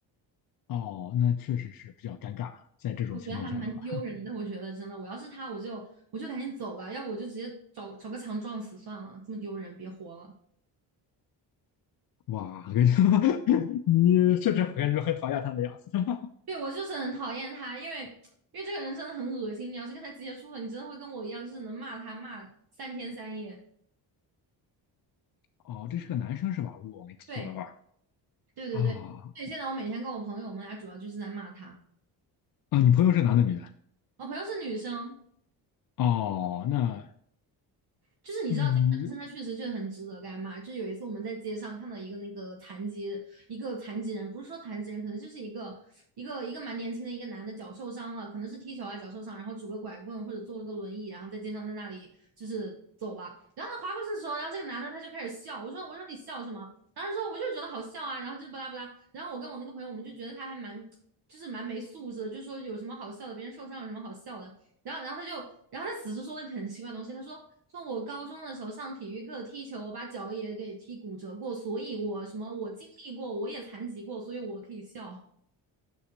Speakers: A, on the left; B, on the right.
A: 哦，那确实是比较尴尬，在这种情况下的话。
B: 我觉得还蛮丢人的。我觉得真的，我要是他，我就我就赶紧走吧，要不我就直接找找个墙撞死算了，这么丢人，别活了。
A: 哇，我跟你说 <laughs> 你确实感觉很讨厌他的样子。<laughs>
B: 对，我就是很讨厌他，因为因为这个人真的很恶心。你要是跟他接触了，你真的会跟我一样，就是能骂他骂三天三夜。
A: 哦，这是个男生是吧？如果我没记错的话，
B: 对，对对对对。
A: 啊
B: 现在我每天跟我朋友，我们俩主要就是在骂他。
A: 啊，你朋友是男的女的？
B: 我朋友是女生，
A: 哦，那
B: 就是你知道这个男生他确实就很值得干嘛。
A: 嗯，
B: 就有一次我们在街上看到一个那个残疾一个残疾人，不是说残疾人，可能就是一个一个一个蛮年轻的一个男的脚受伤了，可能是踢球啊脚受伤，然后拄个拐棍或者坐了个轮椅，然后在街上在那里就是走吧。然后他划过去的时候，然后这个男的他就开始笑，我说我说你笑什么？然后说我就觉得好笑啊，然后就巴拉巴拉。然后我跟我那个朋友我们就觉得他还蛮。就是蛮没素质的，就说有什么好笑的，别人受伤有什么好笑的。然后，然后他就，然后他此时说了一个很奇怪的东西，他说说我高中的时候上体育课踢球，我把脚也给踢骨折过，所以我什么我经历过，我也残疾过，所以我可以笑。